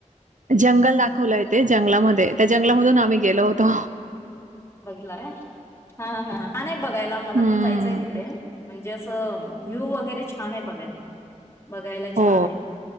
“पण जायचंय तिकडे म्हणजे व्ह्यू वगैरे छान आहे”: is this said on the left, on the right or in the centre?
Left